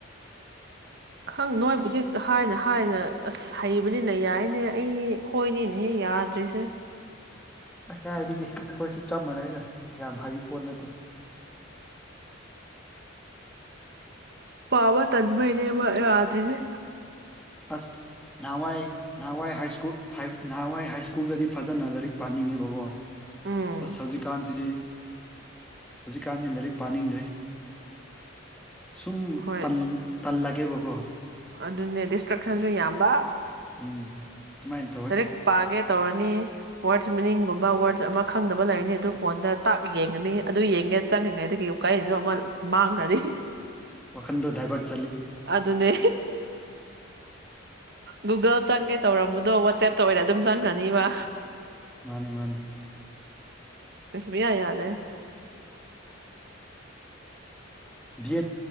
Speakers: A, on the right; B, in the centre.
A: ꯈꯪ ꯅꯣꯏꯕꯨꯗꯤ ꯍꯥꯏꯅ ꯍꯥꯏꯅ ꯑꯁ ꯍꯩꯕꯅꯤꯅ ꯌꯥꯏꯅꯦ ꯑꯩ ꯈꯣꯏꯅꯤꯅꯦꯍꯦ ꯌꯥꯗ꯭ꯔꯤꯁꯦ
B: ꯀꯥꯏꯒꯦ ꯑꯩꯈꯣꯏꯁꯨ ꯆꯞ ꯃꯥꯟꯅꯩꯗ ꯌꯥꯝ ꯍꯩꯕ ꯄꯣꯠ ꯅꯠꯇꯦ
A: ꯄꯥꯕ ꯇꯟꯃꯅꯦ ꯃꯥ꯭ꯔꯤꯁ
B: ꯑꯁ ꯅꯍꯥꯟꯋꯥꯏ ꯅꯍꯥꯟꯋꯥꯏ ꯍꯥꯏ ꯁ꯭ꯀꯨꯜ ꯅꯍꯥꯟꯋꯥꯏ ꯍꯥꯏ ꯁ꯭ꯀꯨꯜꯗꯗꯤ ꯐꯖꯅ ꯂꯥꯏꯔꯤꯛ ꯄꯥꯅꯤꯡꯉꯦꯕꯀꯣ
A: ꯎꯝ
B: ꯑꯁ ꯍꯧꯖꯤꯛꯀꯥꯟꯁꯤꯗꯤ ꯍꯧꯖꯤꯛꯀꯥꯟꯁꯤ ꯂꯥꯏꯔꯤꯛ ꯄꯥꯅꯤꯡꯗ꯭ꯔꯦ ꯁꯨꯝ
A: ꯍꯣꯏ
B: ꯇꯟ ꯇꯜ ꯂꯒꯦꯕꯒꯣ
A: ꯑꯗꯨꯅꯦ ꯗꯤꯁꯇ꯭ꯔꯛꯁꯟꯁꯨ ꯌꯥꯝꯕ
B: ꯎꯝ ꯑꯗꯨꯃꯥꯏꯅ ꯇꯧꯋꯦ
A: ꯇ ꯄꯒꯦ ꯇꯧꯔꯅꯤ ꯋꯥꯔꯗꯁ ꯃꯤꯅꯤꯡꯒꯨꯝꯕ ꯋꯥꯔꯗꯁ ꯑꯃ ꯈꯪꯗꯕ ꯂꯩꯔꯅꯤ ꯑꯗꯨ ꯐꯣꯟꯗ ꯇꯥꯛ ꯌꯦꯡꯉꯅꯤ ꯑꯗꯨ ꯌꯦꯡꯒꯦ ꯆꯪꯉꯉꯩꯗꯨꯗꯒꯤꯀꯥꯏꯁꯤꯅ ꯑꯃ ꯃꯥꯡꯈ꯭ꯔꯅꯤ
B: ꯋꯥꯈꯟꯗ ꯗꯥꯚꯔꯠ
A: ꯑꯗꯨ ꯑꯗꯨꯅꯦ ꯒꯨꯒꯜ ꯆꯪꯒꯦ ꯇꯧꯔꯝꯕꯗꯣ ꯋꯥꯆꯦꯞꯇ ꯑꯣꯏꯅ ꯑꯗꯨꯝ ꯆꯪꯈ꯭ꯔꯅꯤꯕ
B: ꯃꯥꯅꯤ ꯃꯥꯅꯤ
A: ꯀꯁꯕꯤꯌꯥ ꯌꯥꯗ A
B: B Ed